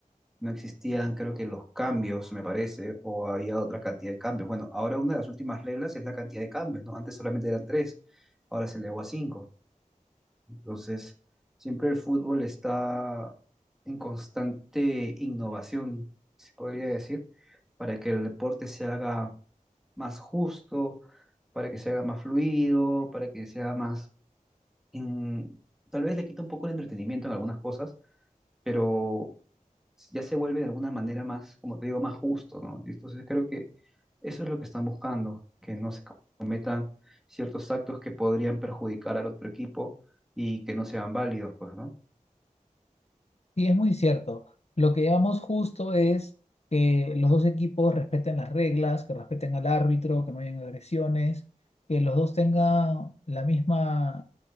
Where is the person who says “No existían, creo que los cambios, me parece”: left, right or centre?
Centre